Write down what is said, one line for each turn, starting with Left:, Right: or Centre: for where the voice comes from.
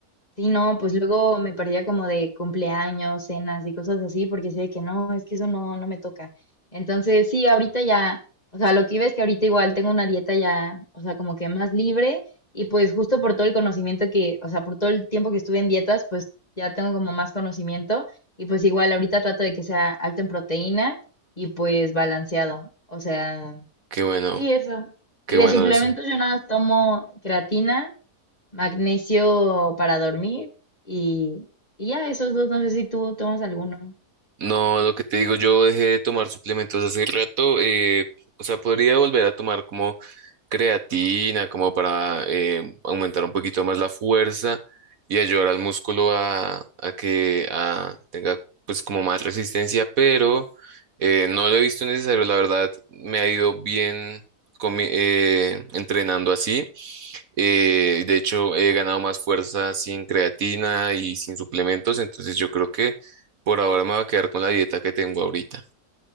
Left: Sí, no, pues luego me perdía como de cumpleaños, cenas y cosas así, porque sé que no, es que eso no, no me toca. Entonces, sí, ahorita ya, o sea, lo que iba es que ahorita igual tengo una dieta ya, o sea, como que más libre y pues justo por todo el conocimiento que, o sea, por todo el tiempo que estuve en dietas, pues ya tengo como más conocimiento y pues igual ahorita trato de que sea alto en proteína y pues balanceado. O sea,
Right: Qué bueno,
Left: sí, eso.
Right: qué
Left: Y de
Right: bueno
Left: suplementos
Right: eso.
Left: yo nada más tomo creatina magnesio para dormir y, y ya esos dos, no sé si tú tomas alguno.
Right: No, lo que te digo, yo dejé de tomar suplementos hace rato, eh, o sea, podría volver a tomar como creatina como para eh, aumentar un poquito más la fuerza y ayudar al músculo a, a que a- tenga pues como más resistencia, pero eh, no lo he visto necesario, la verdad me ha ido bien con mi- eh, entrenando así. Eh, de hecho, he ganado más fuerza sin creatina y sin suplementos, entonces yo creo que por ahora me voy a quedar con la dieta que tengo ahorita.